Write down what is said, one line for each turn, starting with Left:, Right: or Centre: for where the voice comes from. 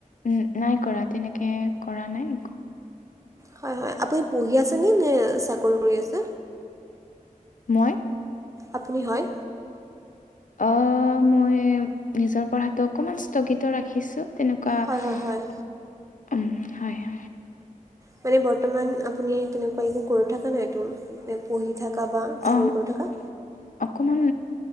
Left: উম, নাই কৰা। তেনেকে কৰা নাই একো।
Right: হয়, হয়। আপুনি পঢ়ি আছে নে চাকৰি কৰি আছে?
Left: মই?
Right: আপুনি, হয়।
Left: অ মই নিজৰ পঢ়াটো অকমান স্থগিত ৰাখিছো। তেনেকুৱা,
Right: হয় হয় হয়
Left: হয়
Right: মানে বৰ্তমান আপুনি তেনেকুৱা একো কৰি থকা নাইতো? পঢ়ি থকা বা চাকৰি
Left: অ
Right: কৰি থকা?
Left: অকমান